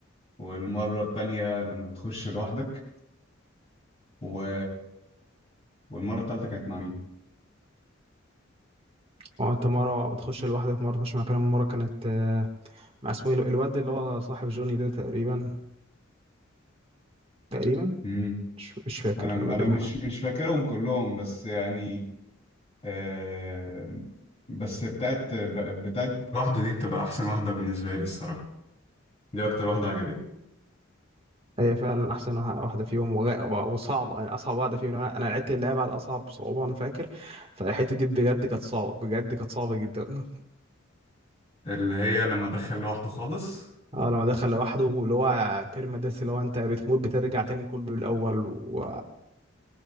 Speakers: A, on the left (about 30°); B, on the right (about 30°).
A: والمره الثانيه لما بتخش لوحدك و... والمره الثالثه كانت مع مين
B: اه انت مرة بتخش لوحدك مرة تخش مع كلام مرة كانت آه، مع اسمه ايه الواد اللي هو صاحب جوني ده تقريبا تقريبا
A: مم.
B: مش, مش فاكر
A: انا انا
B: انا بلم
A: مش مش فاكرهم كلهم بس يعني آه بس بتاعت بتاعت لوحده دي بتبقى احسن واحده بالنسبه لي الصراحه دي اكتر واحده عجبتني
B: هي فعلا احسن واحد- واحدة فيهم وغ- وصعبة يعني اصعب واحدة فيهم انا انا لعبت اللعبة على اصعب صعوبة انا فاكر فالحتة دي بجد كانت صعبة بجد كانت صعبة جدا
A: اللي هي لما ادخل لوحده خالص
B: اه لما دخل لوحده واللي هو بيرما ديث اللي هو انت بتموت بترجع تاني كله الاول و